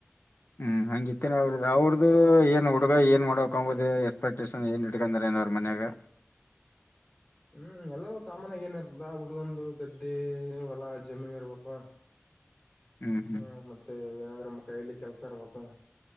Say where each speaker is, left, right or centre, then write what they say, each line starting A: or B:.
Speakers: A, on the left (about 50°); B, on the left (about 30°).
A: ಹ್ಮ್ ಹಂಗ ಇತ್ತೇನೆ ಅವ್ರ ಅವ್ರದ್ದು ಏನ್ ಹುಡುಗ ಏನ್ ಮಾಡ್ಬೇಕಂನದು ಎಕ್ಸ್ಪೆಕ್ಟೇಷನ್ ಏ ಏನ್ ಇಟ್ಕೊಂಡಿಂದಾರೆ ಅವರ ಮನೆಯವ್ರು
B: ಹ್ಮ್ ಎಲ್ಲಾರಿಗೂ ಕಾಮನ್ ಆಗಿ ಏನ್ ಇರ್ತದ ಹುಡ್ಗುಂದು ಗದ್ದೆ ಹೊಲ ಜಮೀನ್ ಇರ್ಬೇಕು
A: ಹ್ಮ್ ಹ್ಮ್
B: ಹ್ಮ ಮತ್ತೆ ಏನಾದ್ರು ನಮ್ಮ ಕೈಯಲ್ಲಿ ಕೆಲ್ಸ ಇರ್ಬೇಕು.